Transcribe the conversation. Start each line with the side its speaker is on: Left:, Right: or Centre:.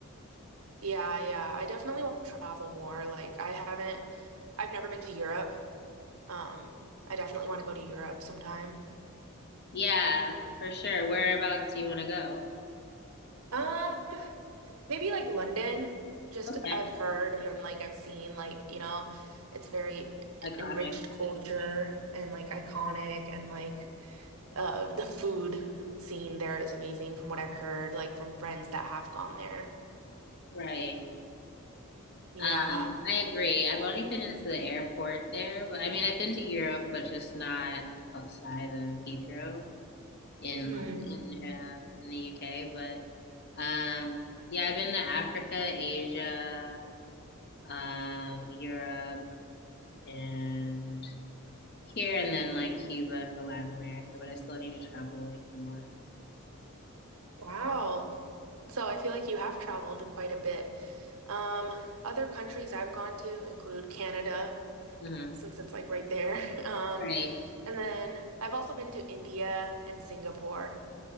Right: Yeah, yeah. I definitely want to travel more. Like I haven't I've never been to Europe. Um, I definitely want to go to Europe sometime.
Left: Yeah, for sure. Whereabouts do you want to go?
Right: Um, maybe like London. Just
Left: Okay.
Right: I've heard and then like I've seen like, you know, it's very
Left: Iconic.
Right: enriched culture and like iconic and like uh the food scene there is amazing from what I've heard like from friends that have gone there.
Left: Right.
Right: Yeah.
Left: Um, I agree. I've only been into the airport there, but I mean, I've been to Europe, but just not outside of Heathrow in
Right: hmm
Left: London, uh, in the UK. But um, yeah, I've been to Africa, Asia, um, Europe, and here, and then like Cuba for Latin America. But I still need to travel like more.
Right: Wow. So I feel like you have traveled quite a bit. Um, other countries I've gone to include Canada,
Left: Mhm.
Right: since it's like right there. <laughs> Um,
Left: Right.
Right: And then I've also been to India and Singapore.